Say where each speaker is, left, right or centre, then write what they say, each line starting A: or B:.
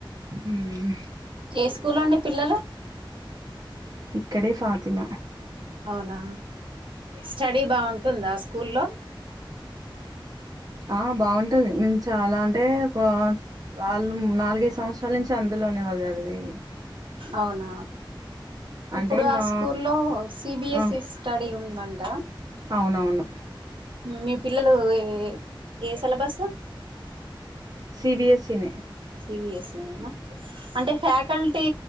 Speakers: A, on the right; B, on the right.
A: ఉమ్
B: ఏ స్కూల్ అండి పిల్లలు
A: ఇక్కడే ఫాతిమ
B: అవునా స్టడీ బాగుంటుందా ఆ స్కూల్లో
A: ఆ బాగుంటది మ్ చాలా అంటే ఒక వాళ్ళు నాలుగైదు సంవత్సరాల నుంచి అందులోనే వాళ్ళు చదివేది.
B: అవునా
A: అంటే
B: ఇప్పుడు ఆ
A: మా
B: స్కూల్లో సిబిఎస్ఈ
A: ఆ
B: స్టడీ ఉం దంట
A: అవునవును.
B: మీ పిల్లలు ఏ ఏ సిలబస్
A: సీబిఎస్ఈనే
B: సీబిఎస్ఈనేనా అంటే ఫ్యాకల్టీ